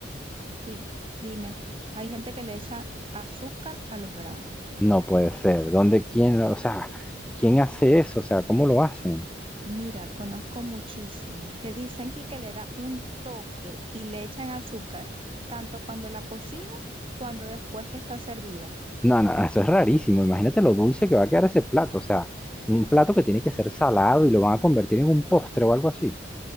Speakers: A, on the right; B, in the centre.
A: Sí, dime, hay gente que le echa azúcar a los granos.
B: No puede ser. ¿Dónde quién, o sea, quién hace eso? O sea, ¿cómo lo hacen?
A: Mira, conozco muchísimos que dicen que, que le da un toque y le echan azúcar, tanto cuando la cocina, cuando después que está servida.
B: No, no, eso es rarísimo. Imagínate lo dulce que va a quedar ese plato. O sea, un plato que tiene que ser salado y lo van a convertir en un postre o algo así.